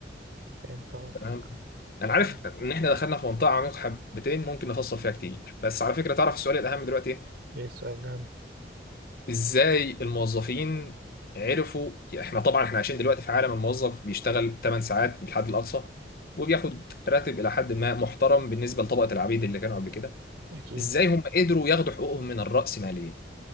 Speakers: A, on the right; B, on the left.
A: فهمت قصدك
B: تمام انا عارف
A: طبعا.
B: ان احنا دخلنا في منطقه عميقه حبتين ممكن نفصل فيها كتير بس على فكره تعرف السؤال الاهم دلوقتي ايه
A: إيه السؤال ده
B: ازاي الموظفين عرفوا احنا طبعا احنا عايشين دلوقتي في عالم الموظف بيشتغل 8 ساعات بالحد الاقصى وبياخد راتب الى حد ما محترم بالنسبه لطبقه العبيد اللي كانوا قبل كده
A: أكيد
B: ازاي هم قدروا ياخدوا حقوقهم من الرأسماليه